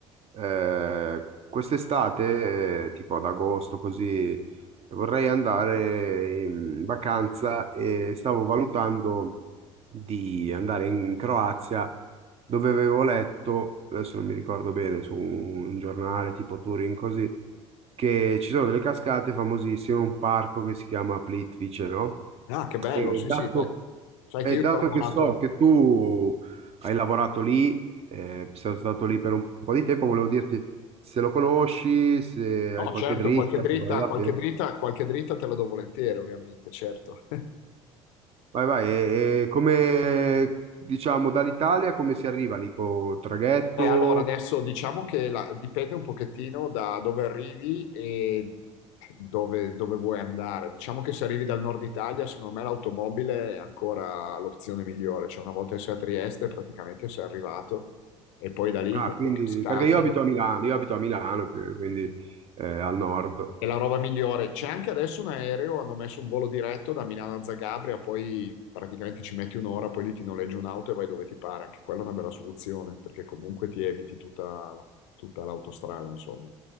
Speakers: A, on the right (about 40°); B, on the left (about 65°).
A: eh, quest'estate, eh, tipo ad agosto, così vorrei andare in vacanza e stavo valutando di andare in Croazia, dove avevo letto, adesso non mi ricordo bene, su un giornale tipo Turin, così, che ci sono delle cascate famosissime, un parco che si chiama Plitvice, no?
B: Ah, che bello,
A: E
B: sì,
A: dato
B: sì, beh, sai
A: e
B: che io
A: dato
B: ci ho lavorato.
A: che so che tu hai lavorato lì, eh, sei stato lì per un po' di tempo, volevo dirti se lo conosci, se
B: No,
A: hai qualche
B: certo,
A: dritta,
B: qualche dritta,
A: se vale la
B: qualche
A: pena.
B: dritta, qualche dritta te la do volentieri, ovviamente, certo. <laughs>
A: Vai, vai, e, e come diciamo dall'Italia come si arriva lì con traghetto?
B: Eh, allora, adesso diciamo che la- dipende un pochettino da dove arrivi e dove, dove vuoi andare. Diciamo che se arrivi dal nord Italia, secondo me l'automobile è ancora l'opzione migliore. Cioè, una volta che sei a Trieste, praticamente sei arrivato. E poi da lì
A: Ah,
B: con
A: quindi
B: le cascate.
A: perché io abito a Milano, io abito a Milano, più- quindi eh, al nord.
B: È la roba migliore. C'è anche adesso un aereo, hanno messo un volo diretto da Milano a Zagabria, poi praticamente ci metti un'ora, poi lì ti noleggi un'auto e vai dove ti pare. Anche quella è una bella soluzione, perché comunque ti eviti tutta, tutta l'autostrada, insomma.